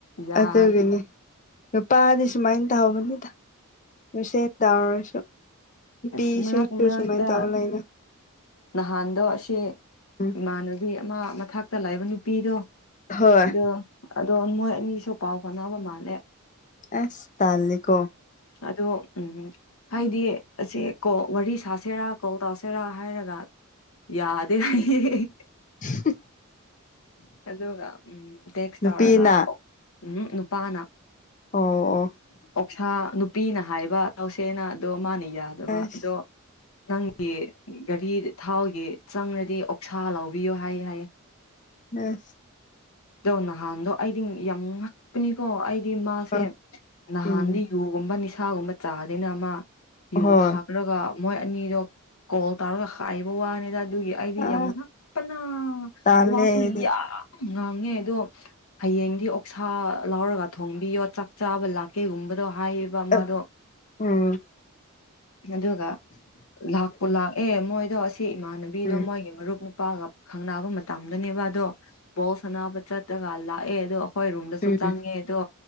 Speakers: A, on the left; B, on the left.
A: ꯌꯥꯗꯦ
B: ꯑꯗꯨꯒꯤꯅꯤ ꯅꯨꯄꯥꯗꯤ ꯁꯨꯃꯥꯏꯅ ꯇꯧꯍꯧꯕꯅꯤꯗ ꯁꯦꯟ ꯇꯥꯔꯔꯁꯨ ꯅꯨꯄꯤꯤ
A: ꯑꯁ ꯃꯔꯛ
B: ꯁꯁꯨ
A: ꯃꯔꯛꯇ
B: ꯁꯨꯃꯥꯏꯅ ꯇꯧ ꯂꯩꯅ
A: ꯅꯍꯥꯟꯗꯣ ꯑꯁꯤ
B: ꯎꯝ
A: ꯏꯃꯥꯟꯅꯕꯤ ꯑꯃ ꯃꯊꯇ ꯂꯥꯛꯕ ꯅꯨꯄꯤꯗꯣ
B: ꯍꯣꯏ
A: ꯑꯗꯣ ꯑꯗꯣ ꯃꯣꯏ ꯑꯅꯤꯁꯨ ꯄꯥꯎ ꯍꯣꯠꯅꯕ ꯃꯥꯜꯂꯦ
B: ꯑꯁ ꯇꯀꯣ
A: ꯑꯗꯣ ꯎꯝ ꯍꯥꯏꯗꯤ ꯑꯦ ꯀꯣ ꯋꯥꯔꯤ ꯁꯥꯁꯦꯔꯥ ꯀꯣ ꯇꯥꯎꯁꯦꯔꯥ ꯍꯥꯏꯔꯒ ꯌꯥꯗꯦ ꯍꯥꯏꯏꯌꯦ
B: ꯍ
A: ꯑꯗꯨꯒ ꯎꯝ ꯇꯦꯛꯁ
B: ꯅꯨꯄꯤꯅ
A: ꯇꯧꯔꯒ ꯎ ꯅꯨꯄꯥꯅ
B: ꯑꯣ ꯑꯣ
A: ꯑꯣꯛꯁꯥ ꯅꯨꯄꯤꯅ ꯍꯥꯏꯕ ꯇꯧꯁꯦꯅ ꯑꯗꯣ ꯃꯥꯅ ꯌꯥꯗꯕ
B: ꯑꯁ
A: ꯑꯗꯣ ꯅꯪꯒꯤ ꯒꯥꯔꯤ ꯊꯥꯎꯒꯤ ꯆꯪꯔꯗꯤ ꯑꯣꯛꯁꯥ ꯂꯧꯕꯤꯌꯣ ꯍꯥꯏ ꯍꯥꯏꯌꯦ
B: ꯎꯝ
A: ꯑꯗꯣ ꯅꯍꯥꯟꯗꯣ ꯑꯩꯗꯤ ꯌꯥꯝ ꯉꯛꯄꯅꯤꯀꯣ ꯑꯩꯗꯤ ꯃꯥꯁꯦ
B: ꯑ
A: ꯅꯍꯥꯟꯗꯤ
B: ꯎꯝ
A: ꯖꯨꯒꯨꯝꯕ ꯅꯤꯁꯥꯒꯨꯝꯕ ꯆꯥꯗꯅ ꯑꯃ
B: ꯍꯣꯏ
A: ꯨ ꯊꯥꯛ ꯑꯗꯨꯒꯒ ꯃꯣꯏ ꯑꯅꯤꯗꯣ ꯀꯣꯜ ꯇꯧꯔꯒ ꯍꯥꯏꯕ ꯋꯥꯅꯤꯗ ꯑꯗꯨꯒꯤ ꯑꯩꯗꯤ
B: ꯑ
A: ꯌꯥꯝꯨ ꯅꯄꯅ
B: ꯇꯥꯜꯂꯦ
A: ꯋꯥꯁꯨ
B: ꯑꯩꯗꯤ
A: ꯉꯥꯡꯉꯦ ꯑꯗꯣ ꯍꯌꯦꯡꯗꯤ ꯑꯣꯛꯁꯥ ꯂ ꯂꯧꯔꯒ ꯊꯣꯡꯕꯤꯌꯣ ꯆꯥꯛ ꯆꯥꯕ ꯂꯥꯛ ꯀꯩꯒꯨꯝꯕꯗꯣ ꯍꯥꯏꯔꯤꯕ ꯃꯥꯗꯣ
B: ꯑ ꯎꯝ
A: ꯑꯗꯨꯒ ꯂꯥꯛꯄꯨ ꯂꯥꯛꯑꯦ ꯃꯣꯏꯗꯣ ꯑꯁꯤ ꯏꯃꯥꯟꯅꯕꯤꯗꯣ
B: ꯎꯝ
A: ꯃꯣꯏꯒꯤ ꯃꯔꯨꯞ ꯅꯨꯄꯤ ꯅꯨꯄꯥꯒ ꯈꯪꯅꯕ ꯃꯇꯝꯗꯅꯦꯕ ꯑꯗꯣ ꯄꯕꯣꯁ ꯑꯅꯥꯕ ꯆꯠꯇꯒ ꯂꯥꯛꯑꯦ ꯑꯗꯣ ꯍꯣꯏ ꯔꯨꯝꯗꯁꯨ
B: ꯎꯝ
A: ꯆꯪꯉꯦ ꯑꯗꯣ